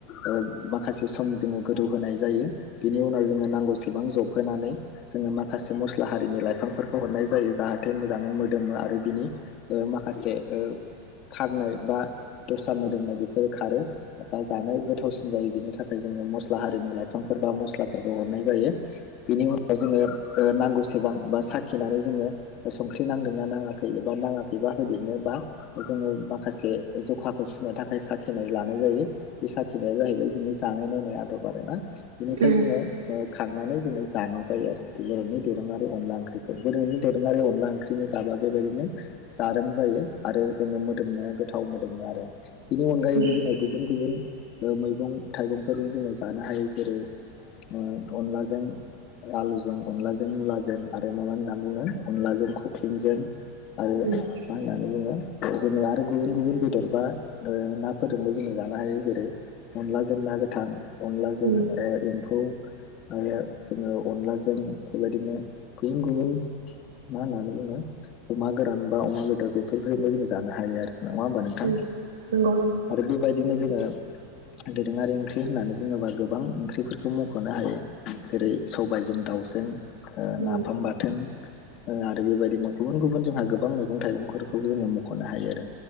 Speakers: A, on the left (about 45°); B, on the right (about 85°).
A: ओ माखासे सम जोङो गोदौ होनोनाय जायो। बिनि उनाव जोङो नांगौसेबां जब होनानै। जोङो माखासे मस्ला हारिनि लाइफांफोरखौ हरनाय जायो। जाहाथे मोजाङै मोदोमो आरो बिनि ओ माखासे ओ खारनाय बा दस्रा मोदोमनाय बेफोरो खारो बा जानो गोथावसिन जायो। बिनि थाखाय जोङो मस्ला हारिनि लाइफांफोर एबा मस्लाफोरखौ हरनाय जायो। बेनि उन जोङो ओ नांगौसेबां बा साखिनानै जोङो ओ संख्रि नांदोंना नाङाखै एबा नाङाखै बा होदेरनोबा जोंङो माखासे ज'खाखो सुनो थाखाय साखिनाय लानाय जायो। साखिनाया जाहैबाय जोङो जानो नायनाय आदब आरोना। बेनिफ्राय
B: उम
A: जोङो खांनानै जानो जायो आरो <unintelligible> नि दोरोङारि अनला ओंख्रिखौ गोदोनि दोरोङारि अनला ओंख्रिनि गाबा बेबायदिनो जा रोम जायो। आरो जोङो मोदोमनाया गोथाव मोदोमो आरो बेनि अनगायैबो
B: उम
A: जोङो गुबुन गुबुन ओ मैगं थाइगंफोरजों जोङो जानो हायो जेरै अन-अनलाजों आलुजों अनलाजों मुलाजों आरो माबा होननानै बुङो अनलाजों खख्लिंजों आरो
B: उम
A: मा होननानै बुङो? जोङो आरो गुबुन गुबुन बेदर बा ओ नाफोरजोंबो जोङो जानो हायो जेरै अनला जों ना गोथां अनलाजों
B: उम
A: ए-एम्फौ आरो जोङो अनलाजों बेबायदिनो गुबुन गुबुन मा होननानै बुङो। अमा गोरान बा अमा बेदर बेफोरजोंबो जों जानो हायो आरो नङा होमबा नोंथां?
B: उम नंगौ नंगौ
A: आरो बेबायदिनो जो ङो दोरोङारि ओंख्रि होननानै बुङोबा गोबां ओंख्रिफोरखौ मख'नो हायो जेरै सबायजों दाउजों ओ
B: उम
A: नाफाम बाथोन ओ आरो बेबायदिनो गुबुन गुबुन जोंहा गोबां मैगं थाइगंफोरखौबो जोङो मख'नो हायो आरो।